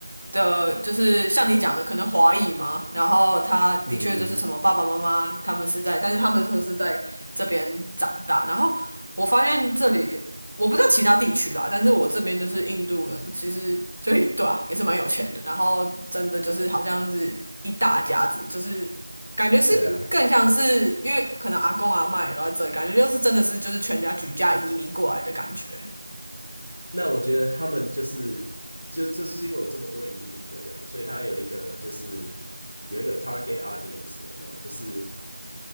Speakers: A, on the right; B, on the left.
A: 的，就是像你讲的，可能华裔嘛，然后他的确就是什么爸爸妈妈他们是在，
B: 嗯，
A: 但是他们都是在这边长大，然后我发现这里我不知道其他地区啦，但是我这边就是印度人，其实就也对啊，也是蛮有钱的，然后真的就是好像是一大家子，就是感觉是更像是因为可能阿公阿嬷也都在这里，
B: 对啊。
A: 感觉就是真的是就是全家举家移民过来的感觉。
B: 那我觉得他们就是，就就是因为有这么多移民的人，所以他有一个就是有一个 target audience 有没有？就是